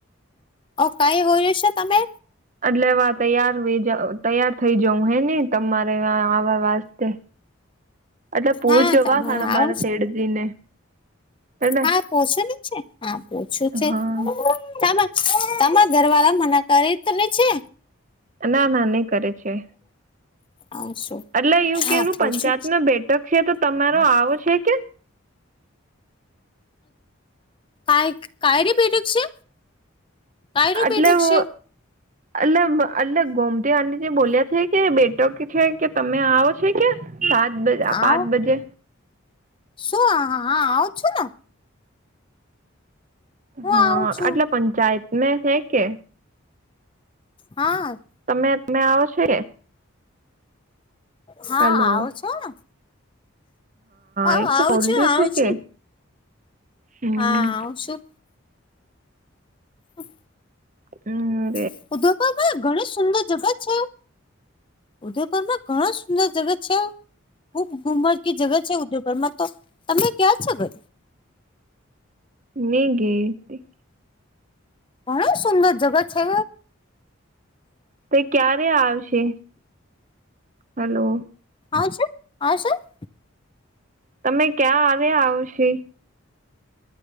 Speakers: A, on the left; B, on the right.
A: ઓ કઈ હોય હશે તમે
B: એટલે વા તૈયાર વ તૈયાર થઇ જઉં હે ને તમારે આવા વાસ્તે એટલે પૂછ
A: હા
B: જોવા
A: તમારે
B: સારા
A: આવ
B: મારા શેઠજીને એટલે
A: હા પોછો છે હા પોછુ છે,
B: હા
A: તમા તમારા ઘરવાળા મના કરે તો ને છે.
B: ના ના ન કરે છે,
A: આ શું
B: એટલે યું
A: હા
B: કેુ
A: પૂછું
B: પંચાયત ન બેટ કટક છે તો તમારો આવો છે, કે
A: ક કાય રે પેટક છે. કાયરું
B: એટલે
A: બેઠક
B: હુ
A: છે
B: એટ અટલે ગોમતી આંટી જે બોલ્યા છે કે બેટો કે છે, કે તમે આવો છે કે સાત બજ
A: આવ
B: પાંચ બજે
A: શું હા આવું છુને હું
B: હા
A: આવું છું
B: એટલે પંચાયત ને છે, કે
A: હા.
B: તમે તમે આવો છો.
A: હા,
B: હલો
A: આવું છું. હા,
B: એજ તો
A: આવું
B: બોલ્યું
A: છું, આવું
B: છે કે
A: છું,
B: હમ
A: હા, આવું છું. હમ.
B: હમ.
A: <unintelligible> ઘણી સુંદર જગ છે. ઉદયપુરમાં ઘણા સુંદર જગ છે. ખુબ ગુમર જગ છે ઉદયપુરમાં તો તમે ક્યાં છે <unintelligible>
B: <unintelligible>
A: ઘણી સુંદર જગા છે
B: તે ક્યારે આવશે હલો.
A: આવે છે, આવે છે.
B: તમે ક્યાં આવ્યા આવશે.